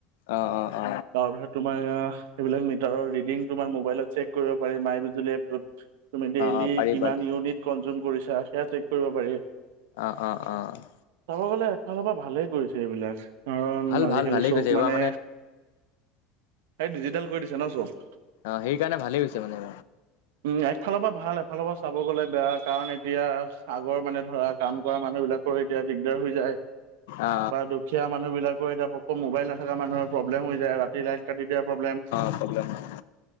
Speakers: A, on the left (about 80°); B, on the right (about 80°).
A: অ' অ'। অ
B: তাৰপিছত তোমাৰ এয়া সেইবিলাক মিটাৰৰ ৰিডিং তোমাৰ মোবাইলত চেক কৰিব পাৰি মাই বিজুলি এপ। টোত তুমি ডেইলি
A: অ পাৰি
B: কিমান
A: পাৰি
B: ইউনিট কনজিউম কৰিছা সেয়া চেক কৰিব পাৰি।
A: অ' অ' অ'।
B: চাব গ'লে এফালৰ পৰা ভালেই কৰিছে এইবিলাক। কাৰণ
A: ভাল
B: আজিকালি
A: ভাল ভালেই
B: চব
A: গৈছে এইবাৰ
B: মানে এই ডিজিটেল কৰি দিছে ন চব।
A: অ সেইকাৰণে ভালেই হৈছে মানে।
B: উম, এফালৰ পৰা ভাল এফালৰ পৰা চাব গলে বেয়া কাৰণ এতিয়া আগৰ মানে ধৰা কাম কৰা মানুহ বিলাকৰ এতিয়া দিগদাৰ হৈ যায়।
A: অ
B: বা দুখীয়া মানুহ বিলাকৰ এতিয়া মোবাইল নাথকা মানুহৰ প্ৰব্লেম হৈ যায় ৰাতি লাইট কাটি দিয়া প্ৰব্লেম।
A: <unintelligible>